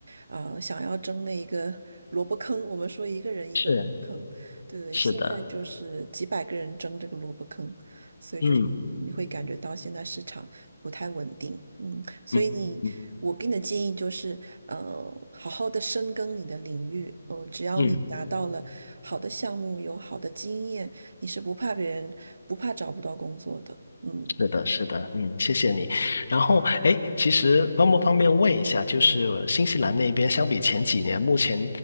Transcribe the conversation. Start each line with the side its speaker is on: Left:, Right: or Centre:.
Right: 呃，想要争那一个萝卜坑，我们说一个人一个萝卜坑，
Left: 是，
Right: 对对，
Left: 是的，
Right: 现在就是几百个人争这个萝卜坑，所以就是你会感觉到现在市场不太稳定，
Left: 嗯
Right: 嗯。所以你，
Left: 嗯嗯
Right: 我给你的建议就是，呃，好好的深耕你的领域，嗯、只要你拿到了好的项目，
Left: 嗯。
Right: 有好的经验，你是不怕别人，不怕找不到工作的，嗯。
Left: 是的，是的，嗯，谢谢你。然后，哎，其实方不方便问一下，就是呃新西兰那边相比前几年，目前